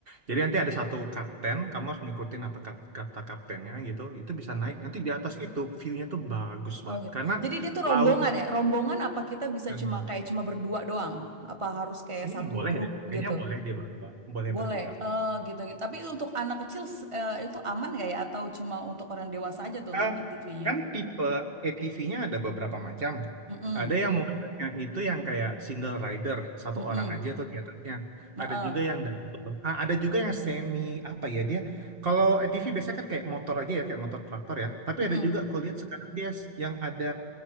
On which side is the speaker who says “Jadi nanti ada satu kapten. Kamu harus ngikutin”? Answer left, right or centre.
Right